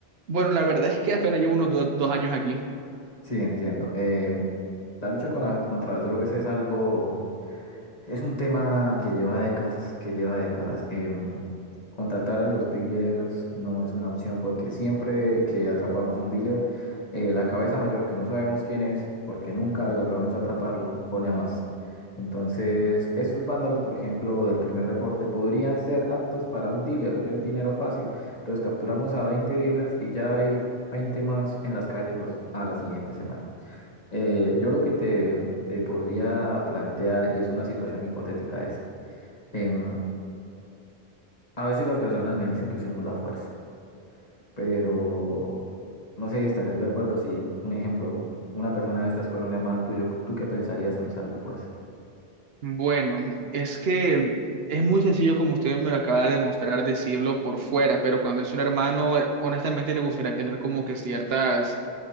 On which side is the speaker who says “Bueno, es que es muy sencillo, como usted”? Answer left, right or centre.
Right